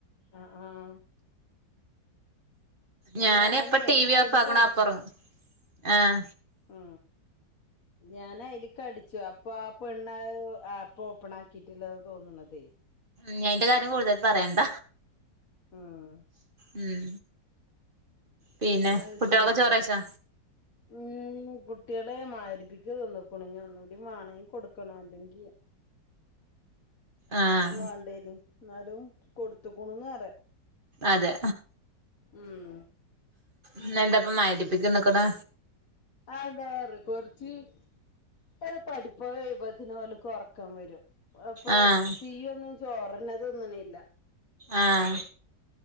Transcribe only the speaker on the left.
ആ ആഹ
ഞാനേ
അയില്ക്ക്
ആഹ ഞൻ അതിലക്ക് അടിച്ചു അപ്പൊ ആ പെണ്ണ് ആപ്പ് ഓപ്പൺ ആക്കിട്ടില്ലന്ന് തോന്നണതേ
ആഹ്
അത്
ശരി
ഉം കുട്ടികളെ മാരിപിക്ക തിന്ന് കണ് ഒന്നുകൂടി വാണങ്കിൽ കൊടുക്കണം അല്ലെങ്കിൽ
വണ്ടെനു എന്നാലും കൊടുത്തക്കണന്ന് പറ
ഉം
അ അതെറ കൊറച്ച് ഇറ്റലെ പഠിപ്പ് ഒകെ കഴ്പത്തിന് ഓൽ കൊറക്കം വരും അപ്പൊ
സിയു ഒന്നും ചോറ് എന്നെ തിന്ന് നില്ല